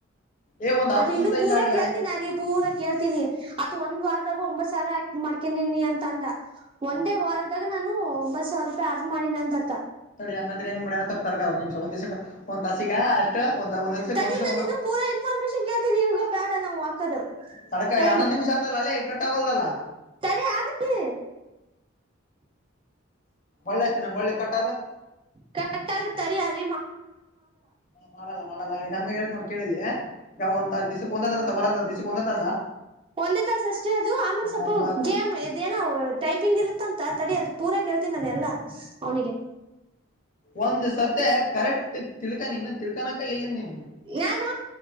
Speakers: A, on the left; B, on the right.
A: ಏ ಒಂದ್ ಹತ್ತು
B: ಅದ ಇನ್ನು
A: ದಿವ್ಸ
B: ಪೂರ
A: ಹಿಂಗ ಆಗ್ಲಿ
B: ಕೇಳ್ತೀಿನಿ
A: ಅಂದ
B: ಅ ರೀ ಪೂರಾ ಕೇಳ್ತೀನಿ ಅ ಒಂದ್ ವಾರದಾಗ ಒಂಬತ್ ಸಾವರಾ ಮಾಡ್ಕೊಂಡನಿ ಅಂತ ಅಂದ ಒಂದೇ
A: ಹಾ
B: ವಾರದಾಗ ಆಗ ನಾನು ಒಂಬತ್ ಸಾವಿರ ರೂಪಾಯಿ ಅರ್ಧ ಮಾಡಿ ನಂದ ದತ್ತ
A: ಅಡಿ ಹಂಗಂದ್ರೆ ಹೆಂಗ್ ಮಾಡ್ಯನ ತಪ್ಪತಾರ ಒ ನಿಮ್ ಒಂದ್ ದ್ ಒಂದ್ ತಾಸಸಗ ಅಷ್ಟ ಒಂದ್ ಒಂದ್ ದಿವ್ಸಕ್
B: ತೀ
A: ಒಂದ್ ದಿವ್ಸಕ್
B: ನಾನ
A: ಒಂದ್
B: ಇನ್ನು ಪೂರಾ ಇನ್ಫಾರ್ಮೇಶನ್ ಕೇಳ್ತೀನಿ ಇವಗ ಬೇಡ ನಾವು ಹಾಕದು
A: ಕಳಕ
B: ಟೈಮ್
A: ಹನ್ನೊಂದ ನಿಮಷ ಆತಲ್ಲೇ ಇ ಕಟ್ಟಾಗೋಲ್ದಲ್ಲ
B: ತಡಿ ಆಗುತ್ತೆ
A: ಒಳ್ಳೆಚ್ಚೆ ನಂಗೆ ಒಳ್ಳೆ ಕಟ್ಟ
B: ಕಟ್ಟಾಗ ತಡಿ ಅಾರ
A: ಹಾ ಮಾಡಲ್ಲ ಮಾಡಲ್ಲ ಈಗ ಗಂಗ ಹೇಳೇತ್ ನೋಡ್ ಕೇಳಿಲ್ಲ ಈಗ ಒಂದ ದಿವ್ ಒಂದಲ ಬರ ದಸೊಂಡೋಂತಾ
B: ಒಂದೇ ತಾಸಸ್ ಅಷ್ಟೇ ಅದು ಆಮೇಲೆ ಸ್ವಲ್ಪ
A: ಒಂದ್ ತಾ
B: ಗೇಮ್ ಇದೇನೋ ಟೈಪಿಂಗ್ ಇರುತ್ತಂತ ತಡಿ ಅದು ಪೂರಾ ಕೇಳ್ತೀನಿ ನಾನ ಎಲ್ಲಾ ಅವನಿಗೆ
A: ಒಂದ್ ಸತೆ ಕರೆಕ್ಟ್ ತಿಳ್ಕಾನನ್ ತಿಳ್ಕನಕ ಇಲ್ಲ ನೀನ್
B: ನಾನು